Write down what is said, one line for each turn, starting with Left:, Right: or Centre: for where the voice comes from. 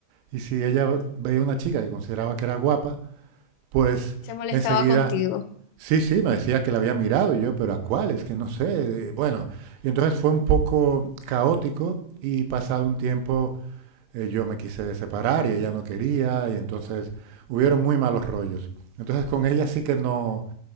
Right: y si ella veía una chica que consideraba que era guapa, pues
Left: Se molestaba
Right: enseguida
Left: contigo.
Right: Sí, sí, me decía que la había mirado y yo, pero ¿a cuál? Es que no sé. Eh, Bueno, y entonces fue un poco caótico y pasado un tiempo eh, yo me quise separar y ella no quería y entonces hubieron muy malos rollos. Entonces con ella sí que no,